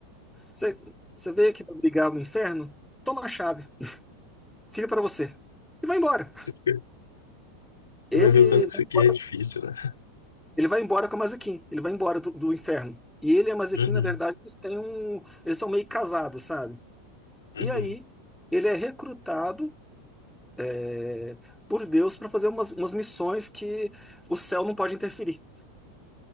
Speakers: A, in the centre; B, on the left.
A: Você, você veio aqui pra brigar no inferno? Toma a chave, fica para você. E vai embora.
B: Você fica-
A: Ele
B: você vai ver o tanto que
A: vai
B: isso
A: embora,
B: aqui é difícil, né?
A: ele vai embora com a Mazekin, ele vai embora do, do inferno. E ele e a Mazekin,
B: Uhum,
A: na verdade, eles têm um. Eles são meio casados, sabe?
B: uhum.
A: E aí, ele é recrutado é, por Deus para fazer umas, umas missões que o céu não pode interferir.